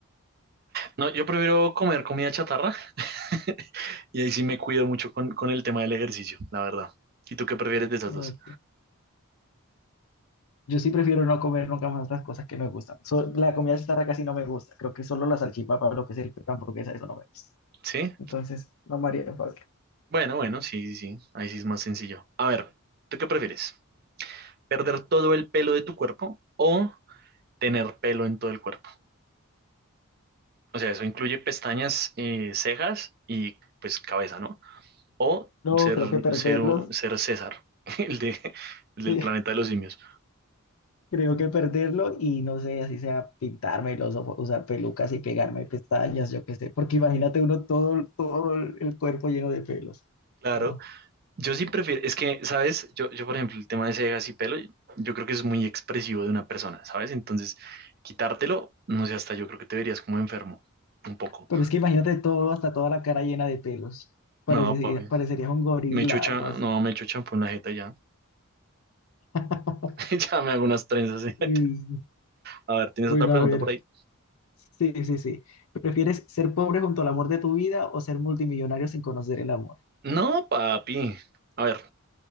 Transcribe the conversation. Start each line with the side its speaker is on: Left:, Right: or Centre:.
Right: No, yo prefiero comer comida chatarra <laughs> y ahí sí me cuido mucho con, con el tema del ejercicio, la verdad. ¿Y tú qué prefieres de esas
Left: Ok.
Right: dos?
Left: Yo sí prefiero no comer nunca más las cosas que me gustan. So- la comida chatarra casi no me gusta. Creo que solo la salchipapa, lo que es el pan, hamburguesa, eso no me gusta.
Right: ¿Sí?
Left: Entonces, no me haría fácil.
Right: Bueno, bueno, sí, sí, sí. Ahí sí es más sencillo. A ver, ¿tú qué prefieres? ¿Perder todo el pelo de tu cuerpo o tener pelo en todo el cuerpo? O sea, eso incluye pestañas, eh, cejas y pues cabeza, ¿no? O
Left: No,
Right: ser,
Left: creo que perderlos,
Right: ser, un- ser César, <laughs> el de, el del
Left: sí,
Right: planeta de los simios.
Left: <laughs> creo que perderlo y no sé, así sea pintarme los ojos, usar pelucas y pegarme pestañas, yo qué sé, porque imagínate uno todo, todo el el cuerpo lleno de pelos,
Right: Claro,
Left: ¿no?
Right: yo sí prefiero, es que, ¿sabes? Yo, yo, por ejemplo, el tema de cejas y pelo, yo creo que es muy expresivo de una persona, ¿sabes? Entonces, quitártelo, no sé, hasta yo creo que te verías como enfermo, un poco.
Left: Pero es que imagínate todo, hasta toda la cara llena de pelos, parecería,
Right: No, papi.
Left: parecería un gorila,
Right: Me echo cha-
Left: algo así.
Right: no, me echo champú en la jeta ya.
Left: <laughs>
Right: <laughs> Ya me hago unas trenzas.
Left: Es-
Right: <laughs> A ver, ¿tienes
Left: Bueno,
Right: otra pregunta
Left: a ver,
Right: por ahí?
Left: sí, sí, sí. ¿Prefieres ser pobre junto al amor de tu vida o ser multimillonario sin conocer el amor?
Right: No, papi. A ver,